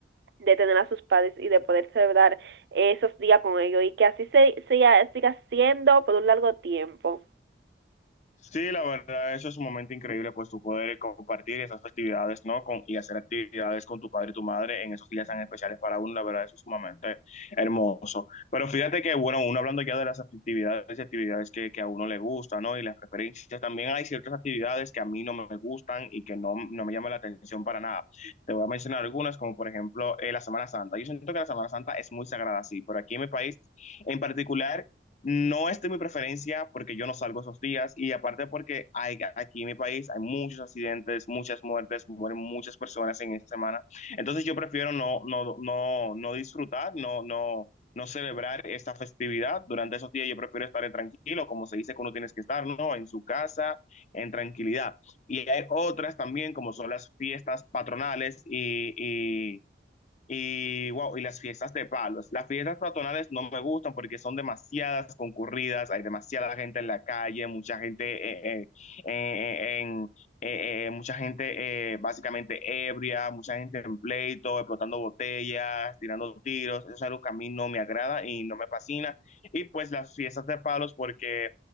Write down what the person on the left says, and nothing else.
Sí, la verdad, eso es un momento increíble, pues tú poder compartir esas festividades, ¿no? Con, y hacer actividades con tu padre y tu madre en esos días tan especiales para uno, la verdad, eso es sumamente hermoso. Pero fíjate que, bueno, uno hablando ya de las actividades y actividades que, que a uno le gusta, ¿no? Y las preferencias, también hay ciertas actividades que a mí no me gustan y que no, no me llaman la atención para nada. Te voy a mencionar algunas, como por ejemplo eh, la Semana Santa. Yo siento que la Semana Santa es muy sagrada, sí, pero aquí en mi país en particular no es de mi preferencia porque yo no salgo esos días y aparte porque hay, aquí en mi país hay muchos accidentes, muchas muertes, mueren muchas personas en esta semana. Entonces yo prefiero no, no, no, no disfrutar, no, no, no celebrar esta festividad. Durante esos días yo prefiero estar tranquilo, como se dice que uno tienes que estar, ¿no? En su casa, en tranquilidad. Y hay otras también, como son las fiestas patronales y, y y wow, y las fiestas de palos. Las fiestas patronales no me gustan porque son demasiadas concurridas, hay demasiada gente en la calle, mucha gente eh, eh, eh, en, eh, eh, mucha gente eh, básicamente ebria, mucha gente en pleito, explotando botellas, tirando tiros. Eso es algo que a mí no me agrada y no me fascina. Y pues las fiestas de palos porque